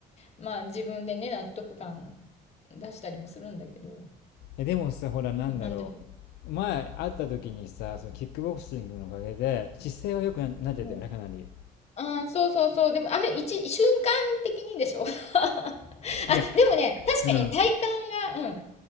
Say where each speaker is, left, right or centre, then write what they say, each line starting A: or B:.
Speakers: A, on the left (about 40°); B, on the left (about 75°).
A: まあ自分でね、納得感出したりもするんだけど、
B: え、でもさ、ほら、なんだろ
A: なんで
B: う。前会った時にさ、そのキックボクシングのおかげで姿勢は良くな、なってたよね、
A: うん。
B: かなり。
A: ああ、そうそうそう。でも、あの、一、瞬間的にでしょ <laughs> あ、
B: いや、
A: でもね、確かに体幹が、
B: うん。
A: うん、